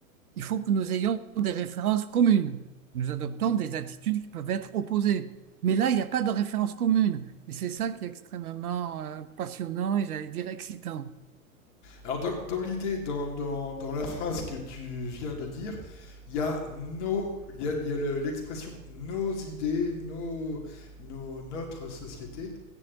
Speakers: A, on the right; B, on the left.
A: il faut que nous ayons des références communes. Nous adoptons des attitudes qui peuvent être opposées. Mais là, il n'y a pas de référence commune. Et c'est ça qui est extrêmement euh, passionnant et j'allais dire excitant.
B: alors dans, dans l'idée, dans, dans, dans la phrase que tu viens de dire, il y a nos, il y a, il y a le- l'expression nos idées, nos, nos, notre société.